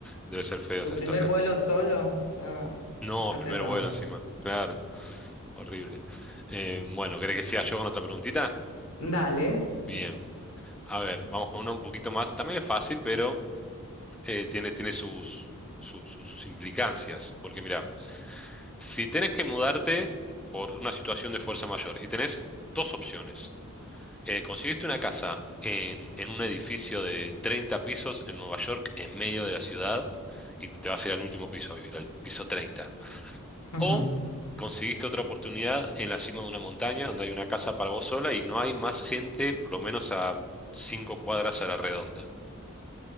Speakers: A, in the centre; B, on the left.
A: debe ser feo
B: Su
A: esa
B: primer
A: situación.
B: vuelo solo estaba
A: No,
B: aterrado.
A: primer vuelo encima. Claro. Horrible. Eh, bueno, ¿querés que sea yo con otra preguntita?
B: Dale.
A: Bien. A ver, vamos con una un poquito más. También es fácil, pero eh, tiene, tiene sus, su- sus, sus implicancias. Porque mira, si tenés que mudarte por una situación de fuerza mayor y tenés dos opciones. eh, conseguiste una casa en, en un edificio de 30 pisos en Nueva York, en medio de la ciudad, y te vas a ir al último piso a vivir, al piso treinta
B: Ujú.
A: O conseguiste otra oportunidad en la cima de una montaña donde hay una casa para vos sola y no hay más gente, por lo menos a cinco cuadras a la redonda.